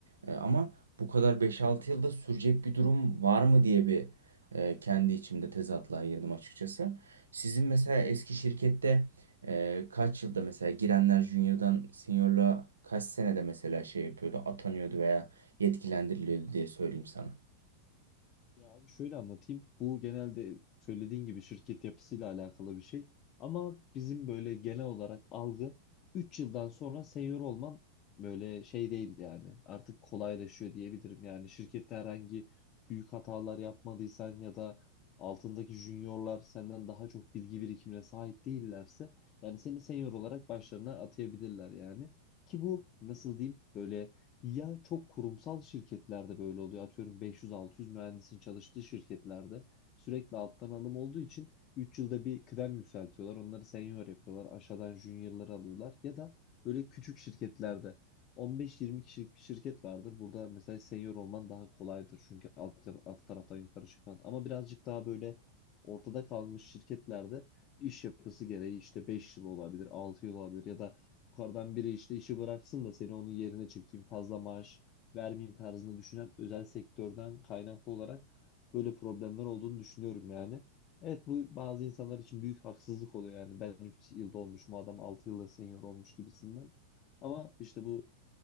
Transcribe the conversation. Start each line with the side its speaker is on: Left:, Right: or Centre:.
Right: E, ama bu kadar 5-6 yılda sürecek bir durum var mı diye bir e, kendi içimde tezatlığa girdim açıkçası. Sizin mesela eski şirkette e, kaç yılda mesela girenler junior'dan seniorluğa kaç senede mesela şey yapıyordu atanıyordu veya yetkilendiriliyordu diye söyleyeyim sana.
Left: Ya abi şöyle anlatayım. Bu genelde söylediğin gibi şirket yapısıyla alakalı bir şey. Ama bizim böyle genel olarak algı 3 yıldan sonra senior olman böyle şey değil yani. Artık kolaylaşıyor diyebilirim. Yani şirkette herhangi büyük hatalar yapmadıysan ya da altındaki juniorlar senden daha çok bilgi birikimine sahip değillerse yani seni senior olarak başlarına atayabilirler yani. Ki bu nasıl diyeyim böyle ya çok kurumsal şirketlerde böyle oluyor. Atıyorum 500-600 mühendisin çalıştığı şirketlerde sürekli alttan alım olduğu için 3 yılda bir kıdem yükseltiyorlar. Onları senior yapıyorlar. Aşağıdan juniorları alıyorlar. Ya da böyle küçük şirketlerde 15-20 kişilik bir şirket vardır. Burada mesela senior olman daha kolaydır. Çünkü alt, alt taraftan yukarı çıkman. Ama birazcık daha böyle ortada kalmış şirketlerde iş yapısı gereği işte 5 yıl olabilir, 6 yıl olabilir ya da Yukarıdan biri işte işi bıraksın da seni onun yerine çekeyim, fazla maaş vermeyeyim tarzında düşünen özel sektörden kaynaklı olarak böyle problemler olduğunu düşünüyorum yani. Evet bu bazı insanlar için büyük haksızlık oluyor yani ben 3 yılda olmuş bu adam 6 yılda senior olmuş gibisinden. Ama işte bu